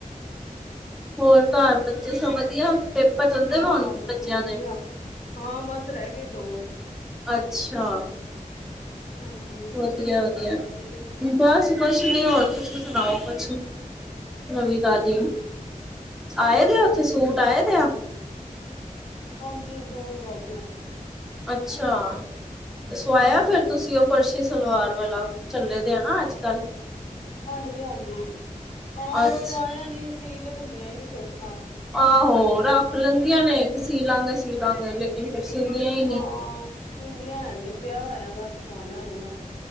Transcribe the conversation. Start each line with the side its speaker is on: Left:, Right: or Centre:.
Centre: ਹੋਰ ਘਾਰ ਬੱਚੇ ਸਭ ਵਧੀਆ। ਪੇਪਰ ਚੱਲਦੇ
Left: ਹਾਂ
Centre: ਹੁਣ,
Left: ਬੱਚੇ
Centre: ਬੱਚਿਆਂ
Left: ਵਧੀਆ
Centre: ਦੇ।
Left: ਹਾਂ ਬਸ ਰਹਿ ਗਏ ਦੋ
Centre: ਅੱਛਾ।
Left: ਹਾਂਜੀ।
Centre: ਵਧੀਆ
Left: ਤੁਸੀਂ ਦੱਸੋ
Centre: ਵਧੀਆ
Left: ਬੱਚੇ ਠੀਕ ਨੇ।
Centre: ਬਸ ਕੁਛ ਨੀ ਹੋਰ, ਤੁਸੀਂ ਸੁਣਾਓ ਕੁਛ ਨਵੀਂ ਤਾਜੀ। ਆਏ ਦੇ ਆ ਉੱਥੇ ਸੂਟ ਆਏ ਦੇ ਆ।
Left: ਹਾਂਜੀ। ਸੂਟ ਵਾਧੂ
Centre: ਅੱਛਾ, ਸਵਾਇਆ
Left: ਹਮ
Centre: ਫਿਰ। ਤੁਸੀਂ ਉਹ ਫਰਸ਼ੀ ਸਲਵਾਰ ਵਾਲਾ। ਚੱਲੇ ਦੇ ਆ ਨਾ ਅੱਜ ਕੱਲ।
Left: ਹਾਂਜੀ ਹਾਂਜੀ। ਹਾਂ
Centre: ਅੱਛ
Left: ਸੁਵਾਇਆ ਨਹੀਂ ਸੀਕੇ ਦਿੰਦੀਆਂ ਹੀ ਨੀ ਸੋਖਾ।
Centre: ਆਹੋ ਰੱਖ ਲੈਂਦੀਆਂ ਨੇ, ਸੀਦਾਂਗੇ ਸੀਦਾਂਗੇ ਲੇ? ਫਿਰ ਸੀਂਦੀਆਂ ਹੀ ਨਈ।
Left: ਹਾਂ। ਸੀਂਦਿਆਂ ਹੈ ਨਈ। ਪਿਆ ਹੋਇਆ ਬਸ ਸੋਵਾਣਾ ਏ।